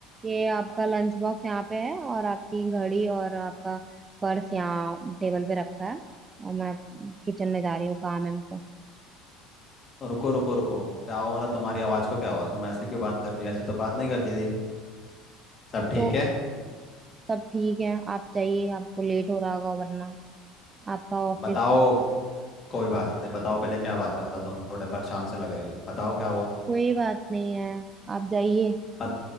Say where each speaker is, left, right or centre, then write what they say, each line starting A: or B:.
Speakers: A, on the right; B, on the left.
A: ये आपका lunch box यहाँ पे है और आपकी घड़ी और आपका पर्स यहाँ टेबल पे रखा है और मैं किचन में जा रही हूँ काम है मेरे को
B: रुको रुको रुको क्या हुआ मतलब तुम्हारी आवाज को क्या हुआ तुम ऐसे क्यों बात कर रही है ऐसे तो बात नहीं करती थी सब ठीक
A: तो
B: है
A: सब ठीक है आप जाइए आपको लेट हो रहा होगा वरना आपका ऑफिस
B: बताओ कोई बात नहीं बताओ पहले क्या बात है मतलब तुम थोड़े परेशान से लग रहे हो बताओ क्या हुआ
A: कोई बात नहीं है आप जाइए
B: बत,